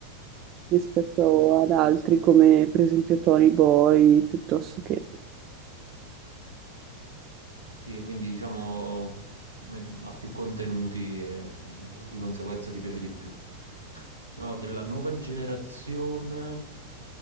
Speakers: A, on the right; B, on the right.
A: rispetto ad altri come per esempio Tony Boy, piuttosto che...
B: Sì, quindi diciamo men- ha più contenuti e, e di conseguenza ti piace di più. No, della nuova generazione